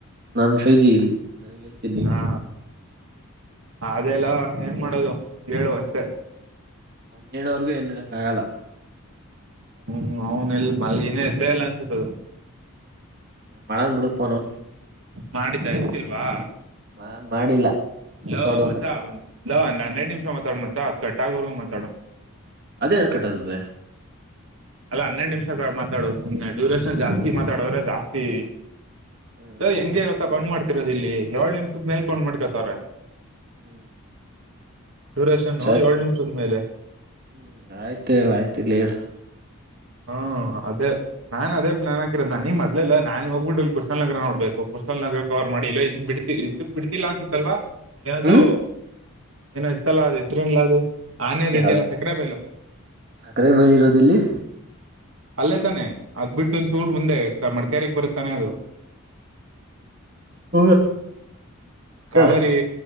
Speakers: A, on the right; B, on the right.
A: ನನ್ ಫೈ ಜಿ ಇಲ್ಲಿ ನನಗೆ ಹೇಳ್ತೀನಿ ನೀನು
B: <inaudible> ಹಾ. ಅದೆೇಲೋ ಏನ್ ಮಾಡೋದು ಹೇಳು ಅಷ್ಟೆ.
A: ಹೇಳೋವರ್ಗು ಏನು ಮಾಡಕ್ಕಾಗಲ್ಲ.
B: ಅವ್ನ್ ಅವನ್ ಎಲ್ ಇನ್ನ ಎದ್ದೆ ಇಲ್ಲ ಅನ್ಸುತ್ತೆ
A: ಮಾಡಂದ್ ಬಿಡು ಫೋನ್ ಅವನ್ಗೆ
B: ಮಾಡಿದ್ದ ಎತ್ತಿಲ್ವಾ
A: ನಾನ್ ಮಾಡಿಲ್ಲ
B: ಲೋ
A: ತಡೋನು
B: ಮಚಾ ಲೋ ಹನ್ನೆರಡ್ ನಿಮಿಷ ಮಾತಾಡು ಮಚಾ ಅದು ಕಟ್ಟಾಗೋವರ್ಗೂ ಮಾತಾಡು
A: ಅದೆಂಗ್ ಕಟ್ ಆಗ್ತದೆ
B: ಅಲ್ಲ ಹನ್ನೆರಡು ನಿಮಿಷ ಮಾತಾಡೋದು ಸುಮ್ನೆ ಡ್ಯೂರೇಷನ್ ಜಾಸ್ತಿ ಮಾತಾಡದ್ರೆ ಜಾಸ್ತಿ
A: ಹ್ಮ್
B: ಲೋ ಹೆಂಗೆ ಗೊತ್ತ ಕೌಂಟ್ ಮಾಡ್ಕೋತಿರೋದು ಇಲ್ಲಿ ಏಳ್ ನಿಮಿಷದ ಮೇಲ್ ಕೌಂಟ್ ಮಾಡ್ಕೋತಾವ್ರೆ.
A: ಹ್ಮ್
B: ಡ್ಯುರೇಷನ್
A: ಸರಿ
B: ಏಳು ನಿಮಿಷದ ಮೇಲೆ
A: ಹ್ಮ್ ಆಯ್ತ ಹೇಳು ಆಯ್ತ ಇರ್ಲಿ ಹೇಳು
B: ಹಾ ಅದೇ ನಾ ಅದೇ ಪ್ಲಾನ್ ಹಾಕಿರೋದು ನಂಗೆ ಮೊದ್ಲೇ ಲೋ ನಾನ್ ಕುಶಾಲನಗರ ನೋಬೇಕು ಕುಶಾಲನಗರ ಕೊ. ಮಾಡಿಲ್ಲ ಇದ್ ಬಿಡ್ತಿ ಇದ ಬಿಡ್ತಿಲ್ಲಾ ಅನ್ಸತ್ತಲ್ವಾ ಏ ಅದು
A: ಹ್ಮ್
B: ಏನ ಇತ್ತಲ್ಲ ಅದು ಎತ್ರೈನ್ಲಾ ಅದು ಆನೆದು
A: ಯಾವ್ದ್
B: ಇದಿಯಲ್ಲ ಸಿಕ್ಕರೆ ಬೇಲು
A: ಸಕ್ಕರೆ ಬೈಲ್ ಇರೋದಲ್ಲಿ
B: ಅಲ್ಲೇ ತಾನೆ ಅದ್ ಬಿಟ್ಟ ಒಂದಚೂರ್ ಮುಂದೆ ಮಡಕೇರಿಗ್ ಬರುತ್ತೆ ತಾನೆ ಅದು <inaudible>
A: ಹ
B: ಕಾವೇರಿ
A: ದ <unintelligible>